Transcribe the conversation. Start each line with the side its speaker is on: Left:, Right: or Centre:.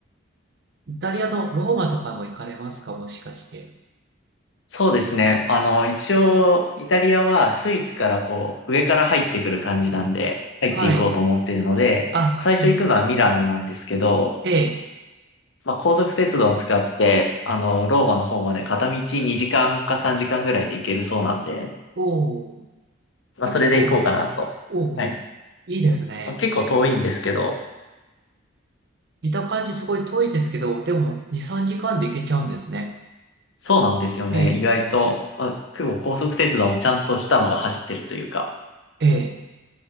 Right: イタリアのローマとかも行かれますか、もしかして。
Left: そうですね。あの、一応、イタリアはスイスからこう、上から入ってくる感じなんで、入っていこうと思ってるので、
Right: はい。あ、
Left: 最初行くのはミラノなんですけど、
Right: あ、あ、ええ、
Left: まあ、高速鉄道を使って、あの、ローマの方まで片道2時間か3時間ぐらいで行けるそうなんで、
Right: おお、
Left: まあ、
Right: 結構、
Left: それで行こうかなと。
Right: おうおう、
Left: はい。
Right: いいですね。
Left: まあ結構遠いんですけど、
Right: 見た感じすごい遠いですけど、でも2、3時間で行けちゃうんですね。
Left: そうなんですよね。
Right: ええ、
Left: 意外と、まあ、結構高速鉄道もちゃんとしたのが走ってるというか。
Right: ええ、